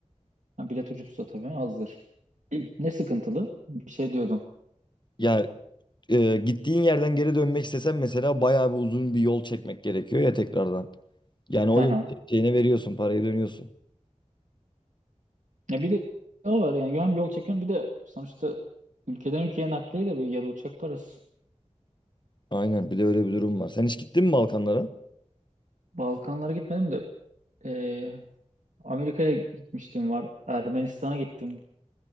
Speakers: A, on the right; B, on the left.
A: Ha, bilet ucuzsa tabii azdır. <clears throat> Ne sıkıntılı? Bir şey diyordum.
B: Ya e, gittiğin yerden geri dönmek istesen mesela bayağı bir uzun bir yol çekmek gerekiyor ya tekrardan. Yani
A: Hı
B: o yol
A: hı.
B: çekeceğine veriyorsun parayı dönüyorsun.
A: Ya bir de o var yani hem yol çekiyorsun bir de sonuçta ülkeden ülkeye nakliye de böyle yarı uçak parası.
B: Aynen bir de öyle bir durum var. Sen hiç gittin mi Balkanlara?
A: Balkanlara gitmedim de Ee, Amerika'ya gitmiştim var. Ermenistan'a gittim